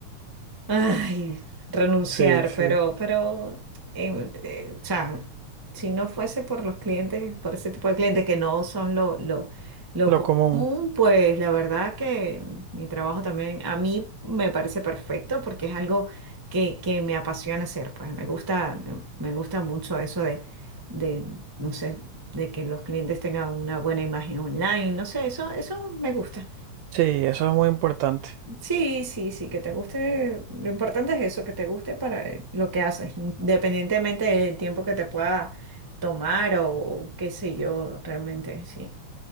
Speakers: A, on the right; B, on the right.
A: Ay, renunciar,
B: Sí, sí.
A: pero, pero, eh, eh, o sea, si no fuese por los clientes, por ese tipo de clientes que no son lo, lo, lo
B: Lo
A: común,
B: común.
A: pues la verdad que mi trabajo también a mí me parece perfecto porque es algo que, que me apasiona hacer, pues me gusta, me, me gusta mucho eso de, de, no sé, de que los clientes tengan una buena imagen online, no sé, eso, eso me gusta.
B: Sí, eso es muy importante.
A: Sí, sí, sí, que te guste. Lo importante es eso, que te guste para eh, lo que haces, independientemente del tiempo que te pueda tomar o, o qué sé yo, realmente, sí.